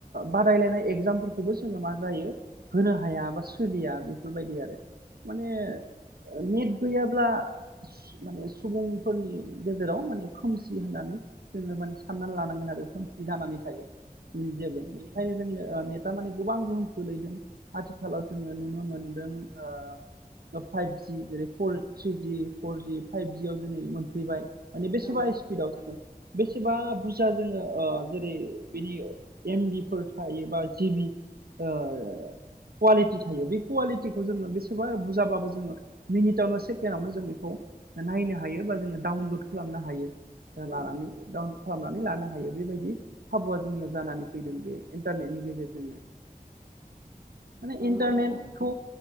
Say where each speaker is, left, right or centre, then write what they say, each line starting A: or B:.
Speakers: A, on the right (about 80°); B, on the right (about 45°).
A: बादायलायनाय एगजामफोरखौबो जोङो मा जायो होनो हाया बा सोलिया बेफोरबायदि आरो माने नेट गैयाब्ला माने सुबुंफोरनि गेजेराव माने खोमसि होननानै जोङो माने साननानै लानांगोन आरो खोमसि जानानै थायो जेबो माने ओंखायनो जों नेथा माने गोबां गोहोम खोलैदों आथिखालाव जोङो नुनो मोनदों। फाइभजि जेरै फर थ्रिजि फरजि फाइभजियाव दिनै मोनफैबाय माने बेसेबा
B: औ
A: स्पिडआव जोङो बेसेबा बुरजा जोङो जेरै बिनि एमबि फोर थायो बा जिबि कुवालिटि थायो बे कुवालिटिखौ जोङो बेसेबा बुरजाबाबो जोङो मिनिटआवनो सेकेण्डआवनो जों बेखौ नायनो हायो बा जोङो डाउनलड खालामनो हायो।
B: औ
A: लानानै डाउनलड खालामनानै लानो हायो। बेबायदि खाबुआ जोंनियाव जानानै फैदों बे इन्टारनेटनि गेजेरजोंनो माने
B: नंगौ
A: इन्टारनेटखौ
B: नोंथां